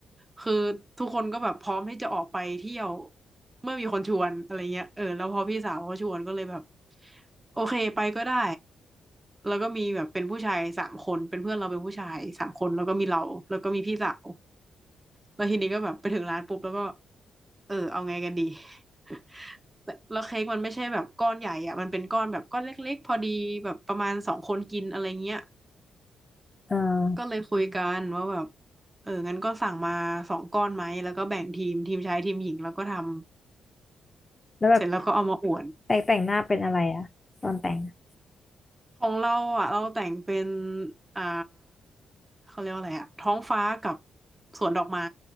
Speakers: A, on the right (about 20°); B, on the left (about 25°).
A: คือทุกคนก็แบบพร้อมที่จะออกไปเที่ยวเมื่อมีคนชวนอะไรเงี้ยเออแล้วพอพี่สาวเขาชวนก็เลยแบบโอเคไปก็ได้แล้วก็มีแบบเป็นผู้ชายสามคนเป็นเพื่อนเราเป็นผู้ชายสามคนแล้วก็มีเราแล้วก็มีพี่สาว แล้วทีนี้ก็แบบไปถึงร้านปุ๊บแล้วก็เออเอาไงกันดี <laughs> แต่แล้วเค้กมันไม่ใช่แบบก้อนใหญ่อ่ะมันเป็นก้อนแบบก้อนเล็กๆพอดีแบบประมาณสองคนกินอะไรเงี้ย
B: เออ
A: ก็เลยคุยกันว่าแบบเอองั้นก็สั่งมาสองก้อนไหมแล้วก็แบ่งทีมทีมชายทีมหญิงแล้วก็ทำ
B: แล้วแบบ
A: เสร็จแล้วก็เอามาอวด
B: แต่งแต่งหน้าเป็นอะไรอ่ะตอนแต่งอะ
A: ของเราอ่ะเราแต่งเป็นอ่าเขาเรียกว่าอะไรอ่ะท้องฟ้ากับสวนดอกไม้